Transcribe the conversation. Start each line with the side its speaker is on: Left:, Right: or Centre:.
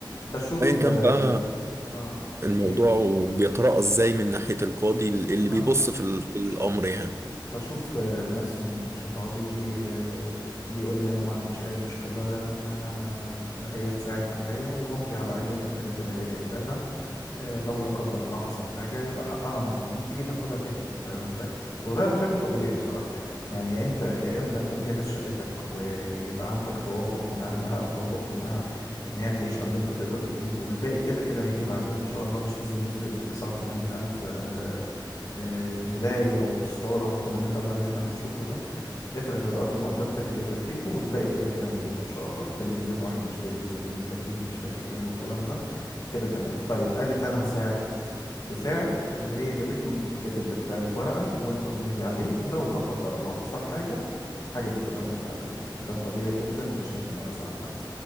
Left: بشوف
Right: أيا كان
Left: آه
Right: بقى
Left: آه,
Right: الموضوع
Left: إيه
Right: وبيتراءى إزاي من ناحية القاضي اللي
Left: آه
Right: بيبص في ال- في الأمر يعني
Left: بشوف آه ناس من صحابي آه بيقول لي أنا ما عنديش أي مشكلة إن آه هي تساعد معايا وأمضي على قايمة بالحاجات اللي هي جايباها آه، لو لا قدر الله حصل حاجة يبقى حقها مضمون تيجي تاخدها تاني فاهم ازاي؟ وده أنا شايفه طبيعي بصراحة يعني أنت يا إما أنت تجهز شقتك ويبقى عندك توافق من أهلها أو توافق منها إن هي تعيش على اللي أنت تقدر تجيبه والباقي كده كده هيجي بعدين إن شاء الله مش لازم نفرش بتسعة وتمانين ألف آه، آه، ملاية وستارة والكلام الهبل اللي إحنا بنشوفه ده افرش على قد مقدرتك اللي يكفيكوا والباقي كده كده هنجيبه إن شاء الله تلفزيون واحد مش تلفزيونين تكييف مش تكييفين والكلام ده كده تمام طيب قالت انا هساعد تساعد واللي هي جابته يتكتب بالفعل في ورقة وانت تمضي عليه لو لا قدر الله حصل حاجة الحاجة دي كلها ترجع لها تاني ده طبيعي جدا ومش شايف ان هو يزعل حد